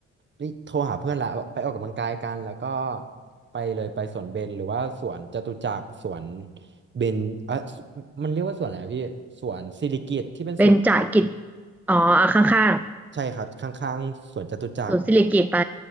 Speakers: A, on the right; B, in the centre.
A: นี่โทรหาเพื่อนละไปออกกำลังกายกันแล้วก็ไปเลยไปสวนเบญหรือว่าสวนจตุจักรสวนเบญเอ่ะมันเรียกว่าสวนอะไรนะพี่สวนสิริกิติ์ที่เป็นสวนจตุจักร
B: เป็นจะกิจอ๋ออ่ะข้าง
A: ใช่ครับข้างๆสวนจตุจักร
B: ๆศูนย์สิริกิติ์ไป